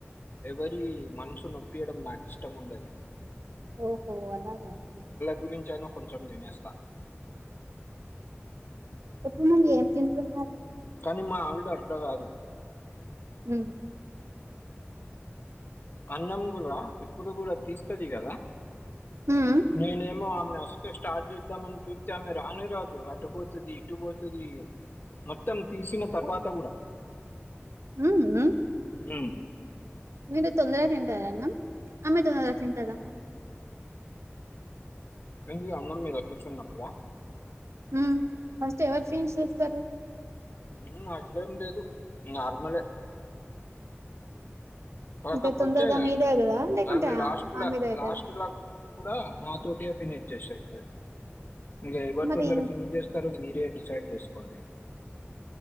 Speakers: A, on the left (about 45°); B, on the right (about 80°).
A: ఎవరి మనసు నొప్పియడం నాకు ఇష్టం ఉండది
B: ఓహో అలాగ అండి
A: గురించైనా కొంచెం తినేస్తా
B: ఇప్పుడు నువు ఏం తింటుంది
A: కనీ మా ఆవిడ అడ్డ కాదు
B: ఉ
A: అన్నం కూడా ఎప్పుడు కూడా తీస్తది కదా
B: ఉమ్
A: నేనేమో ఆమె అస్తే స్టార్ట్ చేద్దామని చూతే ఆమె రాని రాదు అటు పోతది ఇటు పోతది మొత్తం తీసిన తర్వాత కూడా
B: ఊ ఊ
A: ఉ
B: మీరు తొందరగా తింటారా అన్నం ఆమె తొందర తింటద
A: ఏంది అన్నం మీద కూర్చున్నప్పుడ
B: ఆ ఫస్ట్ ఎవరు ఫినిష్ చేస్తారు
A: ఊ అట్లేమ్ లేదు నార్మలే కాకపోతే
B: అంటే తొందరగా మీదే అవుతదా లేకుంటే
A: ఆమె
B: ఆ
A: లాస్ట్ లా
B: మీదే అవుతదా
A: లాస్ట్ లా కూర్చోని కూడా నాతోటిగా ఫినిష్ చేసేతది ఇక ఎవరు
B: మరి
A: తొందర ఫినిష్ చేస్తారో మీరు ఇగ డిసైడ్ చేసుకోండి